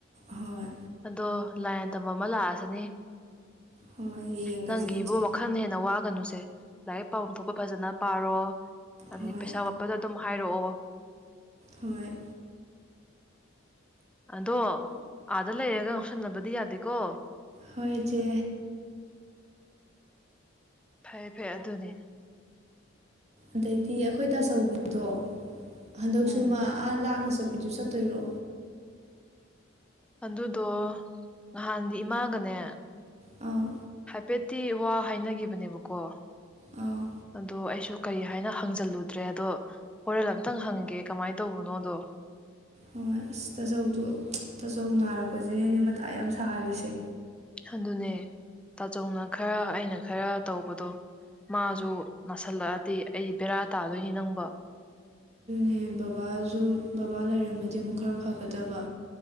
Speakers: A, on the right; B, in the centre.
A: ꯍꯣꯏ
B: ꯑꯗꯣ ꯂꯥꯏꯅ ꯇꯝꯕ ꯑꯃ ꯂꯥꯛꯑꯁꯤꯅꯤ
A: ꯍꯣꯏ ꯌꯦꯡꯉꯁꯦ
B: ꯅꯪꯒꯤꯕꯨ
A: ꯏꯆꯦ
B: ꯋꯥꯜ ꯈꯟꯅ ꯍꯦꯟꯅ ꯋꯥꯒꯅꯨꯁꯦ ꯂꯥꯏꯔꯤꯛ ꯄꯥꯕꯝ ꯊꯣꯛꯄ ꯐꯖꯅ ꯄꯥꯔꯣ ꯑꯗꯩ
A: ꯍꯣꯏ
B: ꯄꯩꯁꯥ ꯄꯗ ꯗꯨꯝ ꯍꯥꯏꯔꯛꯑꯣ
A: ꯍꯣꯏ
B: ꯑꯗꯣ ꯑꯥꯗ ꯂꯩꯔꯒ ꯉꯧꯁꯟꯅꯕꯗꯤ ꯌꯥꯗꯦꯀꯣ꯫
A: ꯍꯣꯏ ꯏꯆꯦ
B: ꯐꯩ ꯐꯩ ꯑꯗꯨꯅꯤ
A: ꯑꯗꯩꯗꯤ ꯑꯩꯈꯣꯏ ꯇꯥꯆꯧꯒꯤꯗꯣ ꯍꯟꯗꯛꯁꯨ
B: ꯎꯝ
A: ꯃꯥ ꯑꯥ ꯂꯥꯞꯅ ꯆꯠꯄꯤꯗꯨ ꯆꯠꯇꯣꯏꯔꯣ?
B: ꯑꯗꯨꯗꯣ ꯉꯍꯥꯟꯗꯤ ꯏꯃꯥꯒꯅꯦ
A: ꯑꯥꯎ
B: ꯄꯦꯠꯇꯤ ꯋꯥ ꯍꯥꯏꯅꯒꯤꯕꯅꯦꯕꯀꯣ
A: ꯑꯧ
B: ꯑꯗꯣ ꯑꯩꯁꯨ ꯀꯩ ꯍꯥꯏꯅ ꯍꯪꯖꯜꯂꯨꯗ꯭ꯔꯦ ꯑꯗꯣ ꯍꯣꯔꯦꯟ ꯑꯝꯇꯪ ꯍꯪꯒꯦ ꯀꯃꯥꯏꯅ ꯇꯧꯕꯅꯣꯗꯣ
A: ꯍꯣꯏ ꯑꯁ ꯇꯥꯆꯧꯗꯨ ꯇꯥꯆꯧ ꯅꯥꯔꯛꯄꯁꯤꯅꯦꯅꯦ ꯃꯊꯥ ꯌꯥꯝ ꯁꯥꯔꯤꯁꯦ꯫
B: ꯑꯗꯨꯅꯦ ꯇꯥꯆꯧꯅ ꯈꯔ ꯑꯩꯅ ꯈꯔ ꯇꯧꯕꯗꯣ ꯃꯥꯖꯨ ꯅꯥꯁꯤꯜꯂꯛꯑꯗꯤ ꯑꯩ ꯕꯦꯔꯥ ꯇꯥꯗꯣꯏꯅꯤ ꯅꯪꯕꯣ
A: ꯅꯦ ꯕꯕꯥꯖꯨ ꯕꯕꯥ ꯂꯩꯔꯝꯃꯗꯤ ꯑꯃꯨꯛ ꯈꯔ ꯐꯒꯗꯕ